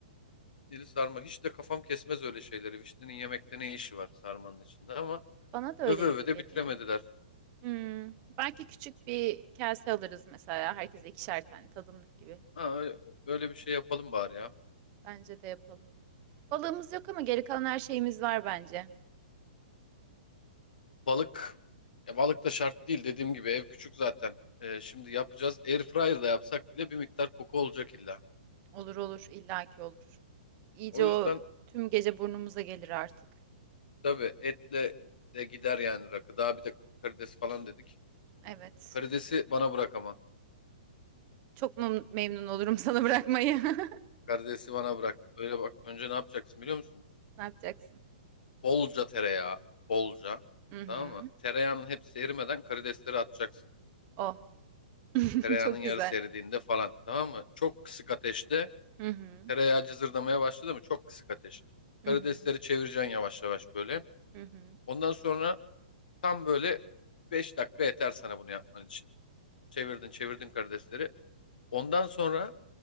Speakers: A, on the left; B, on the right.
A: Dili sarma. Hiç de kafam kesmez öyle şeyleri. Vişnenin yemekte ne işi var sarmanın içinde ama
B: Bana da öyle
A: öve öve
B: gibi
A: de
B: geliyor.
A: bitiremediler.
B: Hmm, belki küçük bir kase alırız mesela. Herkese ikişer tane tadımlık gibi.
A: Ha, öyle, öyle bir şey yapalım bari ya.
B: Bence de yapalım. Balığımız yok ama geri kalan her şeyimiz var bence.
A: Balık ya balık da şart değil dediğim gibi ev küçük zaten. Ee, şimdi yapacağız. Airfryer'da yapsak bile bir miktar koku olacak illa.
B: Olur olur illaki olur. İyice
A: O yüzden
B: o tüm gece burnumuza gelir artık.
A: tabii etle de gider yani rakı. Daha bir de karides falan dedik.
B: Evet.
A: Karidesi bana bırak ama.
B: Çok mum- memnun olurum sana bırakmayı. <laughs>
A: Karidesi bana bırak. Öyle bak önce ne yapacaksın biliyor musun?
B: Ne yapacaksın?
A: Bolca tereyağı. Bolca.
B: Hı hı.
A: Tamam mı? Tereyağının hepsi erimeden karidesleri atacaksın.
B: Oh. <laughs>
A: Tereyağının
B: Çok
A: yarısı
B: güzel.
A: eridiğinde falan. Tamam mı? Çok kısık ateşte
B: Hı hı.
A: Tereyağı cızırdamaya başladı mı? Çok kısık ateş.
B: Hı
A: Karidesleri
B: hı.
A: çevireceksin yavaş yavaş böyle.
B: Hı hı.
A: Ondan sonra tam böyle 5 dakika yeter sana bunu yapman için. Çevirdin çevirdin karidesleri. Ondan sonra